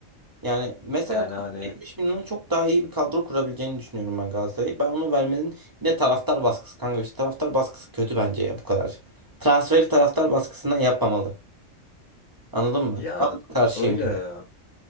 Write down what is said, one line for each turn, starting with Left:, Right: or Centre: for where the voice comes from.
Right: Yani mesela
Left: Yani hani
Right: 70 milyona çok daha iyi bir kadro kurabileceğini düşünüyorum ben Galatasaray'ı. Ben onu vermenin bir de taraftar baskısı kanka işte taraftar baskısı kötü bence ya bu kadar. Transferi taraftar baskısından yapmamalı. Anladın mı?
Left: ya
Right: Ben buna karşıyım.
Left: öyle.